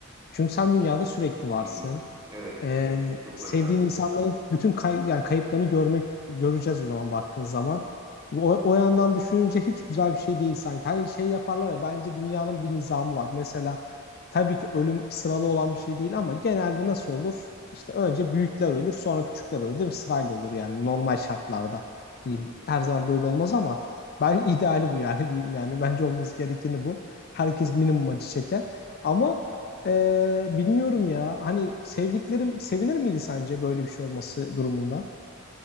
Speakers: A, on the left; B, on the right.
A: Çünkü sen dünyada sürekli varsın.
B: Hmm. Evet.
A: Ee,
B: O çok
A: sevdiğin
B: acı harbiden.
A: insanların bütün kay yani kayıplarını görmek göreceğiz o zaman baktığın zaman. O, o yandan düşününce hiç güzel bir şey değil sanki. Hani şey yaparlar ya bence dünyanın bir nizamı var. Mesela tabii ki ölüm sıralı olan bir şey değil ama genelde nasıl olur? İşte önce büyükler ölür, sonra küçükler ölür değil mi? Sırayla olur yani normal şartlarda diyeyim.
B: Hı hı.
A: Her zaman böyle olmaz ama ben <laughs> ideali bu yani diyeyim yani bence olması gerekeni bu. Herkes minimum acı çeker. Ama ee, bilmiyorum ya. Hani sevdiklerim sevinir miydi sence böyle bir şey olması durumunda?